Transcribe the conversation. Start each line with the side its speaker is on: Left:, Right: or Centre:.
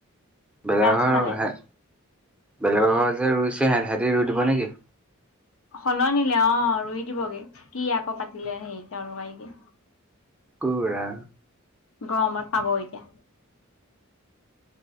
Centre: বেলেগৰ
Left: পাছফালে
Centre: ঘৰ বেলেগৰ ঘৰৰ যে ৰুইছে সেহেতি ৰুই দিব নেকি?
Left: সলনিলে অ, ৰুই দিবগে কি আকৌ পাতিলে হেৰি লগাই কি?
Centre: কুৰা
Left: গৰমত পাব এতিয়া।